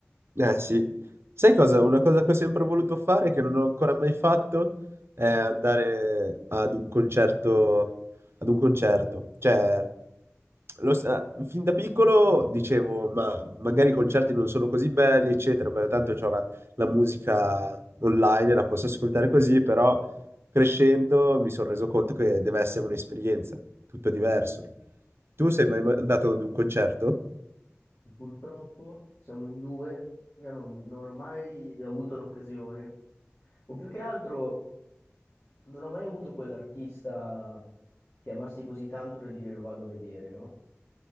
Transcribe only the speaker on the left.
Purtroppo siamo in due, io non, non ho mai avuto l'occasione, o più che altro non ho mai avuto quell'artista che amassi così tanto da dire lo vado a vedere, no?